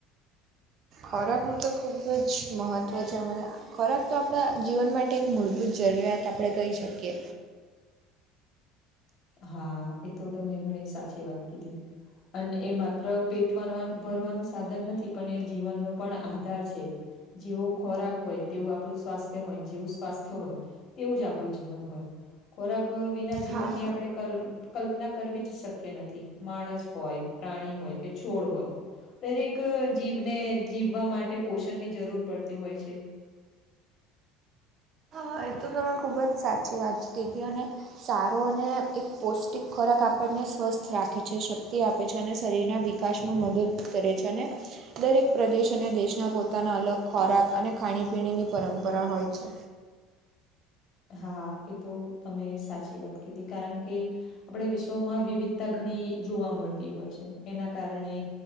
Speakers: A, on the right; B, on the left.
A: ખોરાકનું તો ખૂબ જ મહત્ત્વ છે માને ખોરાક તો આપણા જીવન માટે એક મૂળભૂત જરૂરિયાત આપણે કહી શકીએ
B: હા એ તો તમે ઘણી સાચી વાત કીધી અને એ માત્ર પેટ ભરવાનું સાધન નથી પણ એ જીવનનો પણ આધાર છે જેવો ખોરાક હોય તેવું આપણું સ્વાસ્થ્ય હોય જેવું સ્વાસ્થ્ય હોય તેવું જ આપણું જીવન હોય ખોરાક વિના જીવનની
A: હા
B: આપણે કલ્પના કરવી જ શક્ય નથી માણસ હોય પ્રાણી હોય કે છોડ હોય દરેક જીવને જીવવા માટે પોષણની જરૂર પડતી હોય છે
A: હ એ તો તમેં ખૂબ જ સાચી વાત કીધી અને સારો અને એક પૌષ્ટિક ખોરાક આપણને સ્વસ્થ રાખે છે શક્તિ આપે આપે છે અને શરીરના વિકાસમાં મદદ કરે છે અને દરેક પ્રદેશ અને દેશના પોતાના અલગ ખોરાક અને ખાણીપીણીની પરંપરા હોય છે
B: હા એ તો તમે સાચી વાત કીધી કારણ કે આપણે વિશ્વમાં વિવિધતા ઘણી જોવા મળતી હોય છે એના કારણે